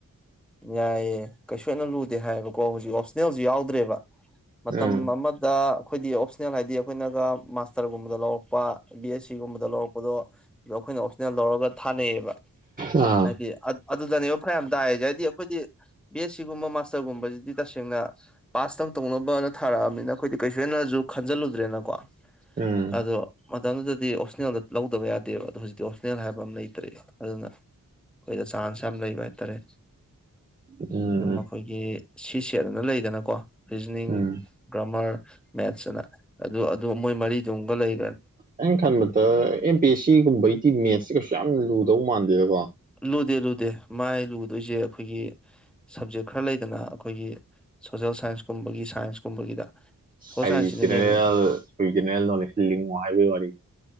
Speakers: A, in the centre; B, on the right (about 25°).
A: ꯌꯥꯏꯌꯦ ꯀꯩꯁꯣꯏꯅ ꯂꯨꯗꯦ ꯍꯥꯏꯌꯦꯕꯀꯣ ꯍꯧꯖꯤꯛ ꯑꯣꯞꯁꯅꯦꯜꯁꯨ ꯌꯥꯎꯗ꯭ꯔꯦꯕ ꯃꯇꯝ
B: ꯎꯝ
A: ꯑꯃꯗ ꯑꯩꯈꯣꯏꯗꯤ ꯑꯣꯞꯁꯅꯦꯜ ꯍꯥꯏꯗꯤ ꯑꯩꯈꯣꯏꯅꯒ ꯃꯥꯁꯇꯔꯒꯨꯝꯕꯗ ꯂꯧꯔꯛꯄ ꯕꯤ ꯑꯦꯁ ꯁꯤꯒꯨꯝꯕꯗ ꯂꯧꯔꯛꯄꯗꯣ ꯑꯗꯣ ꯑꯩꯈꯣꯏꯅ ꯂꯧꯔꯒ ꯊꯥꯅꯩꯌꯦꯕ
B: ꯑꯥ
A: ꯍꯥꯏꯗꯤ ꯑꯗꯨꯗꯅꯦꯕ ꯐꯔꯌꯥꯝ ꯇꯥꯏꯏꯁꯦ ꯍꯥꯏꯗꯤ ꯑꯩꯈꯣꯏꯗꯤ ꯕꯤ ꯑꯦꯁ ꯁꯤꯒꯨꯝꯕ ꯥꯁꯇꯔꯒꯨꯝꯕꯁꯤꯗꯤ ꯇꯁꯦꯡꯅ ꯄꯥꯁꯇꯧ ꯇꯧꯅꯕꯅ ꯊꯥꯔꯛꯑꯕꯅꯤꯅ ꯑꯩꯈꯣꯏꯗꯤ ꯀꯩꯁꯨ ꯍꯦ ꯈꯟꯖꯤꯜꯂꯨꯗ꯭ꯔꯦꯅꯀꯣ
B: ꯎꯝ
A: ꯑꯗꯣ ꯃꯇꯝꯗꯨꯗꯗꯤ ꯑꯣꯞꯁꯅꯦꯜꯗ ꯂꯧꯗꯕ ꯌꯥꯗꯦꯕ ꯑꯗꯣ ꯍꯧꯖꯤꯛ ꯇꯤꯑꯣꯁꯅꯦꯜ ꯍꯥꯏꯕ ꯑꯃ ꯂꯩꯇ꯭ꯔꯦ ꯑꯗꯨꯅ ꯑꯩꯈꯣꯏꯗ ꯆꯥꯟꯁ ꯌꯥꯝ ꯂꯩꯕ ꯍꯥꯏꯇꯥꯔꯦ
B: ꯎꯝ ꯎꯝ
A: ꯑꯗꯨꯝ ꯑꯩꯣꯏꯒꯤ ꯁꯤꯁꯦ ꯑꯗꯨꯅ ꯂꯩꯗꯅꯀꯣ ꯔꯤꯖꯅꯤꯡ
B: ꯎꯝ
A: ꯒ꯭ꯔꯥꯃꯔ ꯃꯦꯠꯁ ꯑꯅ ꯑꯗꯨ ꯑꯗꯨ ꯃꯣꯏ ꯃꯔꯤꯗꯨ ꯑꯃꯒ ꯂꯩ
B: ꯑꯩꯅ ꯈꯟꯕꯗ ꯑꯦꯝ ꯄꯤ ꯑꯦꯁ ꯁꯤꯒꯨꯝꯕꯩꯗꯤ ꯃꯦꯠꯁꯁꯤ ꯀꯩꯁꯨ ꯌꯥꯝ ꯂꯨꯗꯧ ꯃꯥꯟꯗꯦꯗꯀꯣ
A: ꯂꯨꯗꯦ ꯂꯨꯗꯦ ꯃꯥꯏ ꯂꯨꯒꯗꯣꯏꯁꯦ ꯑꯩꯈꯣꯏꯒꯤ ꯁꯞꯖꯦꯛ ꯈꯔ ꯂꯩꯗꯅ ꯑꯩꯈꯣꯏꯒꯤ ꯁꯣꯁꯦꯜ ꯁꯥꯏꯟꯁꯀꯨꯝꯕꯒꯤ ꯁꯥꯏꯟꯁꯀꯨꯝꯕꯒꯤꯗ ꯁꯣꯁꯦꯜ
B: ꯍꯥꯏꯗꯤ
A: ꯁꯥꯏꯟꯁꯁꯤꯅ
B: ꯖꯦꯔꯦꯜꯈꯦꯜ
A: ꯃꯦꯟ ꯑꯣꯏꯅ
B: ꯅꯣꯂꯦꯖ ꯂꯤꯡꯉꯣ ꯍꯥꯏꯕꯒꯤ ꯋꯥꯔꯤꯅꯤꯣ